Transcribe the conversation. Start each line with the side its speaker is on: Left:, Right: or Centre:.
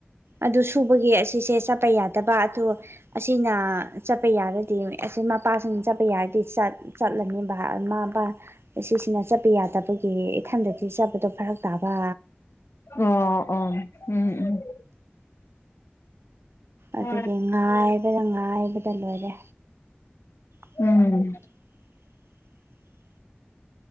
Right: ꯑꯗꯨ ꯁꯨꯕꯒꯤ ꯑꯁꯤꯁꯦ ꯆꯠꯄ ꯌꯥꯗꯕ ꯑꯗꯣ ꯑꯁꯤꯅ ꯆꯠꯄ ꯌꯥꯔꯗꯤ ꯑꯁꯤ ꯃꯄꯥꯁꯤꯡ ꯆꯠꯄ ꯌꯥꯔꯗꯤ ꯆꯠ ꯆꯠꯂꯅꯤꯕꯥ ꯃꯥ ꯕꯥ ꯑꯦꯁꯤꯁꯤꯅ ꯆꯠꯄ ꯌꯥꯗꯕꯒꯤ ꯏꯊꯟꯗꯗꯤ ꯆꯠꯄꯗꯣ ꯐꯔꯛ ꯇꯥꯕ
Left: ꯑꯣ ꯑꯣꯝ ꯎꯝ ꯎꯝ
Right: ꯑꯗꯨꯒꯤ
Left: ꯎꯝ
Right: ꯉꯥꯏꯕꯗ ꯉꯥꯏꯕꯗ ꯂꯣꯏꯔꯦ <inaudible>
Left: ꯎꯝ